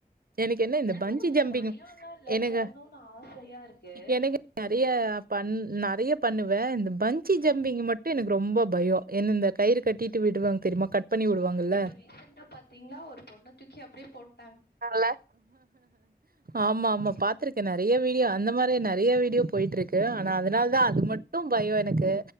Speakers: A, on the right; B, on the left.
A: எனக்கு என்ன இந்த
B: எனக்கும்
A: பஞ்சி
B: கொஞ்சம்
A: ஜம்பிங்
B: பயம்லா இல்ல
A: என்னக்கு
B: போணும்னு ஆசையா இருக்கு
A: எனக்கு நறைய பண் பண்ணுவே நறைய பண்ணுவே இந்த பஞ்ஜிங்
B: ம்
A: ஜம்பிங் மட்டு எனக்கு ரொம்ப பயோ என்ன இந்த கயிறு கட்டிட்டு விடுவாங்க தெரியுமா கட் பண்ணி விடுவாங்கல்ல.
B: ஆ இப்ப ரீசெண்டா பாத்தீங்கன்னா ஒரு பொண்ணு தூக்கி அப்டியே போட்
A: நா வல்ல ஆமா ஆமா பாத்திருக்கே நறைய வீடியோ அந்த மாதிர நறைய வீடியோ போயிட்டு இருக்கு கு ஆனா அதனால தா அது மட்டு பயோ எனக்கு